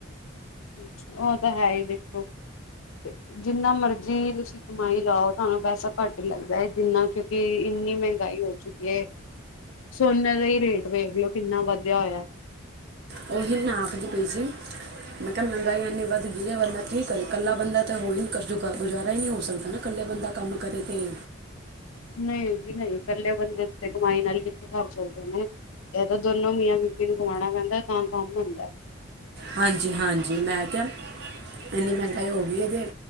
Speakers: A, on the left; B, on the right.
A: ਉਹ ਤਾਂ ਹੈਹੀ ਦੇਖੋ ਤੇ ਜਿਨਾ ਮਰਜੀ ਤੁਸੀ- ਕਮਾਈ ਜਾਓ ਤੁਹਾਨੂੰ ਪੈਸਾ ਘੱਟ ਹੀ ਲਗਦਾ ਹੈ। ਜਿਨਾ ਕਿਉਕਿ ਇਨੀ ਮਹਿੰਗਾਈ ਹੋ ਚੁੱਕੀ ਹੈ। ਸੋਨੇ ਦਾ ਹੀ ਰੇਟ ਵੇਖ ਲੋ ਕਿੰਨਾ ਵਧੇਆ ਹੋਇਆ।
B: ਉਹੀ ਨਾ ਆਖਦੀ ਪਈ ਸੀ। ਮੈ ਕਿਹਾ ਮਹਿੰਗਾਈ ਇਨੀ ਵੱਧ ਗਈ ਹੈ। ਬੰਦਾ ਕੀ ਕਰੇ ਇਕਲਾ ਬੰਦਾ ਤਾਂ ਹੋਈ ਨ ਗੁਜਾਰਾ ਹੀ ਨਹੀ ਹੋ ਸਕਦਾ ਨਾ ਇਕਲੇ- ਬੰਦਾ ਕੰਮ ਕਰੇ ਤੇ-
A: <inaudible> ਨਹੀ ਜੀ ਨਹੀ ਇਕਲੇ ਬੰਦੇ ਤੇ ਕਮਾਈ ਨਾਲ ਕਿਥੇ ਘਰ ਚੱਲਦੇ ਨੇ ਇਹ ਤਾਂ ਦੋਨੋ ਮੀਆਂ ਵੀ- ਜੀਨੂੰ ਕਮਾਣਾ ਪੈਦਾ ਤਾਂ ਕੰਮ ਹੁੰਦਾ-
B: ਹਾਂਜੀ- ਹਾਂਜੀ ਮੈ ਕਿਹਾ। ਇਨੀ ਮਹਿੰਗਾਈ ਹੋ ਗਈ ਹੈ। ਅਤੇ